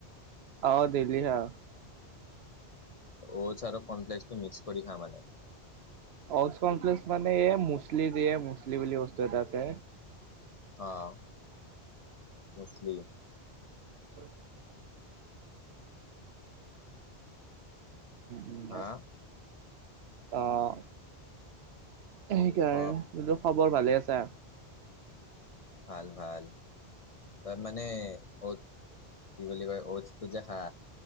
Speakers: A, on the right; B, on the left.
A: আঁহ দেলি খাওঁ।
B: অডচ আৰু কৰ্নফ্লেক্স টো মিক্স কৰি খা মানে।
A: অদ কমপ্লেক্স মানে এই মুছলি দিয়ে মুছলি বুলি বস্তু এটা আছে।
B: অঁ মুছলি।
A: <unintelligible> উম উম
B: হা
A: অঁ। সেইকাৰণে
B: ক
A: বোলো খবৰ ভালে আছা।
B: ভাল ভাল। তাৰ মানে অডছটো কি বুলি কয় অডটছটো যে খা